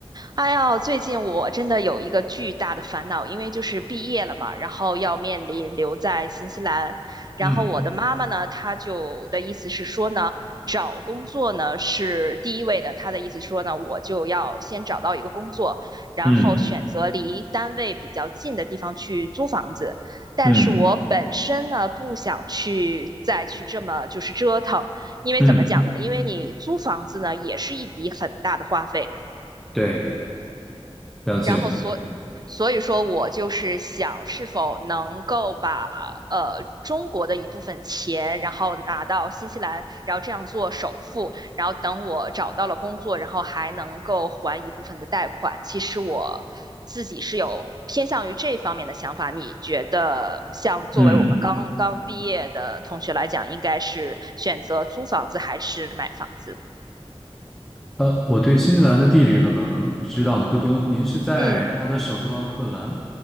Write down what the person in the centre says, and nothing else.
嗯
嗯
嗯
嗯，
对，了解，
嗯，
呃，我对新西兰的地理可能知道的不多，您是在它的首都奥克兰